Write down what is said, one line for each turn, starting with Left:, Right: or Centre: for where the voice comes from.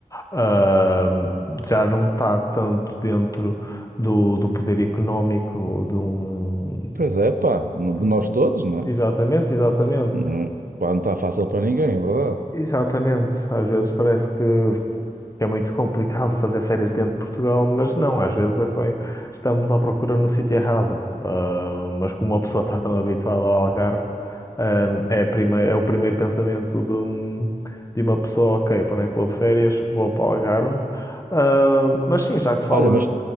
Left: ahm, já não está tanto dentro do, do poder económico de um.
Right: Pois é, pá, no- de
Left: de um-
Right: nós todos, não é?
Left: Exatamente, exatamente.
Right: Não, pá, não está fácil para ninguém, é verdade.
Left: Exatamente. Às vezes parece que que é muito complicado fazer férias dentro de Portugal, mas não, às vezes é só estamos à procura no sítio errado. Ah, mas como a pessoa está tão habituada ao Algarve, ah, é, a prime- é o primeiro pensamento de, um- de uma pessoa, ok, para onde é que vou de férias? Vou para o Algarve. Ah, mas sim, já que falas,
Right: Olha, mas,